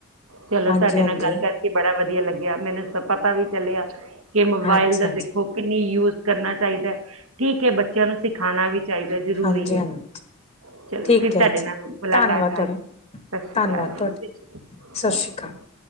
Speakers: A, on the right; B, on the left.
A: ਚਲੋ
B: ਹਾਂਜੀ
A: ਤੁਹਾਡੇ
B: ਹਾਂਜੀ
A: ਨਾਲ ਗੱਲ ਕਰ ਕਿ ਬੜਾ ਵਧੀਆ ਲੱਗਿਆ ਮੈਨੂੰ ਪਤਾ ਵੀ ਚੱਲਿਆ ਕਿ ਮੋਬਾਇਲ
B: ਹਾਂਜੀ
A: ਦਾ
B: ਹਾਂਜੀ
A: ਦੇਖੋ ਕਿੰਨੀ ਯੂਜ ਕਰਨਾ ਚਾਹੀਦਾ ਹੈ। ਠੀਕ ਹੈ ਬੱਚਿਆਂ ਨੂੰ ਸਿਖਾਉਣਾ ਵੀ ਚਾਹੀਦਾ ਜਰੂਰੀ
B: ਹਾਂਜੀ
A: ਹੈ।
B: ਹਾਂਜੀ
A: ਜੀ ਚਲੋ
B: ਠੀਕ
A: ਫਿਰ ਤੁਹਾਡੇ
B: ਹੈ ਜੀ
A: ਨਾਲ ਮੁਲਾਕਾਤ
B: ਧੰਨਵਾਦ ਤੁਹਾਡਾ
A: ਆ ਕੇ ਸਤਿ ਸ਼੍ਰੀ
B: ਧੰਨਵਾਦ
A: ਅਕਾਲ
B: ਤੁਹਾਡਾ
A: ਜੀ, ਸਤਿ ਸ਼੍ਰੀ
B: ਸਤਿ ਸ਼੍ਰੀ
A: ਅ।
B: ਅਕਾਲ